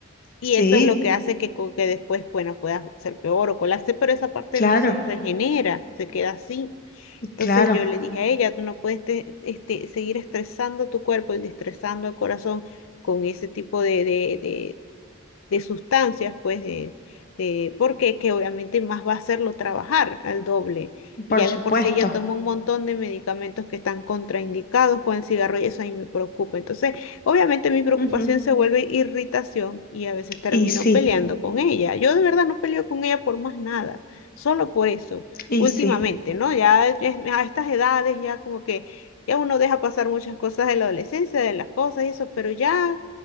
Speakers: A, on the left; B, on the left.
A: Y
B: sí,
A: eso es lo que hace que, co- que después, bueno, pueda ser peor o colarse, pero esa parte
B: claro,
A: no se regenera, se queda así. Entonces
B: claro,
A: yo le dije a ella, tú no puedes te- este, seguir estresando tu cuerpo y estresando el corazón con ese tipo de, de, de, de sustancias, pues, de, de, porque que obviamente más va a hacerlo trabajar al doble.
B: por
A: Y ya
B: supuesto.
A: de por sí ella toma un montón de medicamentos que están contraindicados con el cigarro y eso a mí me preocupa. Entonces, obviamente mi preocupación
B: Ujú,
A: se vuelve irritación y a veces termino
B: y sí.
A: peleando con ella. Yo de verdad no peleo con ella por más nada, solo por eso,
B: Y
A: últimamente,
B: sí,
A: ¿no? Ya es- a estas edades ya como que... Ya uno deja pasar muchas cosas de la adolescencia, de las cosas y eso, pero ya